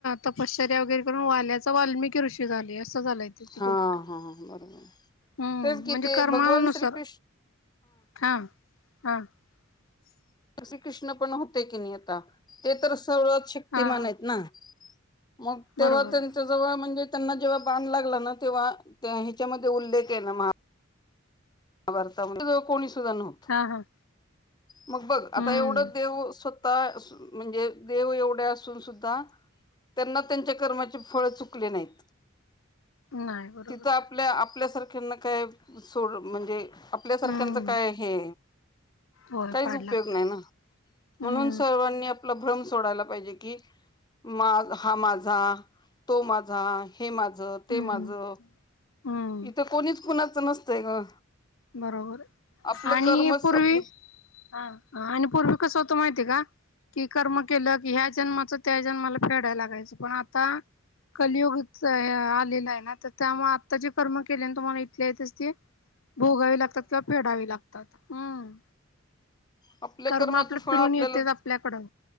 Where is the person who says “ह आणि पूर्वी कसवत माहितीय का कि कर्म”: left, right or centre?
Left